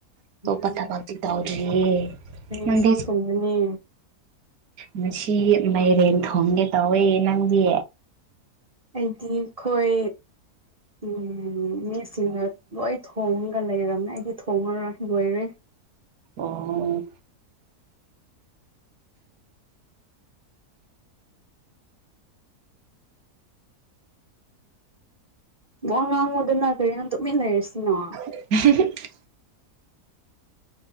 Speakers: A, on the right (about 70°); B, on the right (about 40°).
A: ꯑꯇꯣꯞꯄ
B: ꯎꯝ
A: ꯊꯕꯛꯇꯤ ꯇꯧꯗ꯭ꯔꯤꯌꯦ
B: ꯀꯩ ꯏꯟꯁꯥꯡ
A: ꯅꯪꯗꯤ
B: ꯊꯣꯡꯒꯅꯤ
A: ꯉꯁꯤ ꯃꯥꯏꯔꯦꯟ ꯊꯣꯡꯒꯦ ꯇꯧꯋꯦ ꯅꯪꯗꯤ
B: ꯑꯩꯗꯤ ꯈꯣꯏ ꯎꯝ ꯃꯤꯁꯤꯡꯅ ꯂꯣꯏ ꯊꯣꯡꯉꯒ ꯂꯩꯔꯝꯃꯦ ꯑꯩꯗꯤ ꯊꯣꯡꯉꯔꯣꯏ ꯂꯣꯏꯔꯦ
A: ꯑꯣ
B: ꯋꯥ ꯉꯥꯡꯉꯨꯗꯅ ꯀꯔꯤꯅꯣ ꯇꯨꯃꯤꯟ ꯂꯩꯔꯤꯁꯤꯅꯣ
A: <unintelligible>